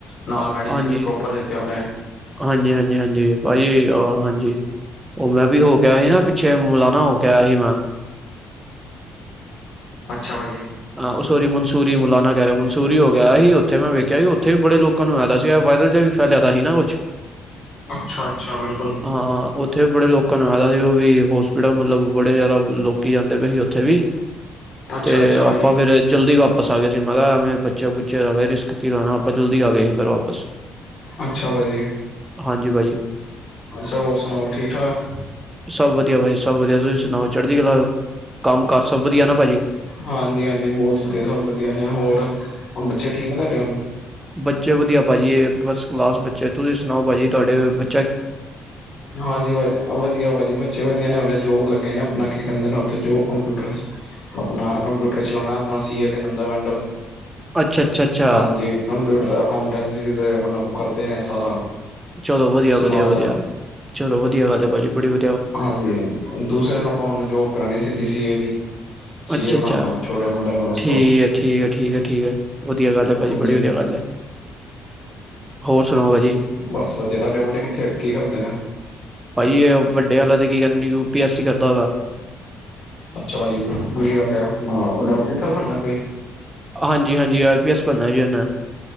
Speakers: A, on the left; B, on the right.
A: ਨਾਲ
B: ਹਾਂਜੀ
A: ਮੈਡੀਸਨ ਵੀ ਪ੍ਰੋਪਰ ਦਿੱਤਿਆਂ ਉਹਨੇ
B: ਹਾਂਜੀ ਹਾਂਜੀ ਹਾਂਜੀ ਭਾਜੀ ਹਾਂਜੀ ਉਹ ਮੈਂ ਵੀ ਹੋ ਕੇ ਸੀ ਨਾ ਪਿੱਛੇ, ਮੁਲਾਾਨਾ ਹੋ ਕੇ ਆਇਆ ਸੀ ਮੈਂ।
A: ਅੱਛਾ ਭਾਜੀ।
B: ਹਾਂ ੳਹ ਸੋਰੀ ਮਨਸੂਰੀ ਮੌਲਾਨਾ ਕਹਿ ਰਿਹਾ। ਮਨਸੂਰੀ ਹੋ ਗਿਆ ਹੀ। ਉੱਥੇ ਮੈਂ ਵੇਖਿਆ ਸੀ, ਉੱਥੇ ਵੀ ਬੜੇ ਲੋਕ ਲੋਕਾ ਨੂੰ ਹੈਗਾ ਸੀ। ਇਹ ਵਾਇਰਲ ਜਿਹਾ ਵੀ ਫੈਲਿਆ ਦਾ ਸੀ ਨਾ ਕੁਛ
A: ਅੱਛਾ ਅੱਛਾ ਬਿਲਕੁਲ
B: ਹਾਂ ਉੱਥੇ ਬੜੇ ਲੋਕਾਂ ਨੂੰ ਹੈਗਾ ਸੀ, ਉਹ ਵੀ ਹੋਸਪਿਟਲ ਮਤਲਬ, ਬੜੇ ਜ਼ਿਆਦਾ ਲੋਕੀ ਆਦੇ ਪਏ ਸੀ ਉੱਥੇ ਵੀ
A: ਅੱਛਾ
B: ਤੇ
A: ਅੱਛਾ ਭਾਜੀ
B: ਅਪ ਤੇ ਜਲਦੀ ਵਾਪਸ ਆ ਗਏ ਸੀ। ਮੈਂ ਕਿਹਾ ਏਵੇਂ ਬੱਚੇ ਬੁੱਚੇ ਏਵੇ ਰਿਸਕ ਕੀ ਲੈਣਾ ਆਪਾਂ ਜਲਦੀ ਆ ਗਏ ਸੀ ਫਿਰ ਵਾਪਸ।
A: ਅੱਛਾ ਭਾਜੀ।
B: ਹਾਂਜੀ ਭਾਜੀ
A: ਅੱਛਾ ਹੋਰ ਸੁਣਾਓ ਠੀਕ-ਠਾਕ
B: ਸਭ ਵਧੀਆ ਭਾਜੀ ਸਭ ਵਧੀਆ ਤੁਸੀਂ ਸੁਨਾਓ ਚੜ੍ਹਦੀ ਕਲਾ ਓ, ਕੰਮ ਕਾਰ ਸਭ ਵਧੀਆ ਨਾ ਭਾਜੀ।
A: ਹਾਂਜੀ ਹਾਂਜੀ ਬਹੁਤ ਵਧੀਆ, ਸਭ ਵਧੀਆ ਨੇ ਹੋਰ ਬੱਚੇ ਠੀਕ ਨੇ ਤੁਹਾਡੇ ਹੁਨ
B: ਬੱਚੇ ਵਧੀਆ ਭਾਜੀ ਇਹ ਫਸ ਕਲਾਸ ਬੱਚੇ ਤੁਸੀਂ ਸੁਨਾਓ ਭਾਜੀ ਤੁਹਾਡੇ ਬ‌
A: ਹਾਂਜੀ ਵ <unintelligible> ਵਧੀਆ ਭਾਜੀ ਬੱਚੇ ਵਧੀਆ ਨੇ ਉਹਨੇ ਜੋਬ ਲੱਗੇ ਨੇ ਅਪਨਾ ਕੀ ਕਹਿੰਦੇ ਨੇ ਉੱਥੇ ਜੋਬ ਕੰਪਿਊਟਰ ਅਪਨਾ ਕੰਪਿਊਟਰ ਚਲਾਨਾ ਅਪਨਾ ਸੀ ਏ ਦੇ ਅੰਡਰ
B: ਅੱਛਾ ਅੱਛਾ ਅੱਛਾ
A: ਹਾਂਜੀ ਕੰਪਿਊਟਰ ਅਕਾਂੳਟੈਂਸੀ ਮਤਲਬ ਕਰਦੇ ਨੇ ਸਾਰਾ
B: ਚਲੋ ਵਧੀਆ
A: ਸੰਭਾਲਦਾ
B: ਵਧੀਆ ਵਧੀਆ ਚਲੋ ਵਧੀਆ ਗੱਲ ਹੈ ਭਾਜੀ ਬੜੀ ਵ
A: ਹਾਂਜੀ ਦੂਸਰੇ ਨੂੰ ਆਪਾਂ ਹੁਨ ਜੋਬ ਕਰਾਣੀ ਸੀਗੀ ਸੀ ਏ ਦੀ ਸੀ
B: ਅੱਛਾ
A: ਏ ਬਣਾਉਣਾ
B: ਅੱਛਾ
A: ਛੋਟੇ ਮੁੰਡੇ ਨੂੰ ਉਸ
B: ਠੀਕ
A: ਤੋਂ
B: ਹੈ ਠੀਕ ਹੈ ਠੀਕ ਹੈ ਠੀਕ ਹੈ ਵਧੀਆ ਗੱਲ ਹੈ ਭਾਜੀ
A: ਹਾਂਜੀ
B: ਬੜੀ ਵਧੀਆ ਗੱਲ ਏ। ਹੋਰ ਸੁਣਾਓ ਵਾਜੀ
A: ਬਸ ਵਧੀਆ ਤੁਹਾਡੇ ਮੁੰਡੇ ਕਿੱਥੇ ਕੀ ਕਰਦੇ ਨੇ?
B: ਭਾਜੀ ਵੱਡੇ ਵਾਲਾ ਤੇ ਕੀ ਕਹਿੰਦੇ ਯੂ ਪੀ ਐਸ ਸੀ ਕਰਦਾ ਵਾ
A: ਅੱਛਾ ਭਾਜੀ ਵਦਿਆ ਗੱਲ ਏ ਉਹਨੇ ਆਫਿਸਰ ਬਣਨਾ ਕੋਈ
B: ਹਾਂਜੀ ਹਾਂਜੀ ਆਈ ਪੀ ਐੱਸ ਬਨਣਾ ਜੀ ਉਹਨੇ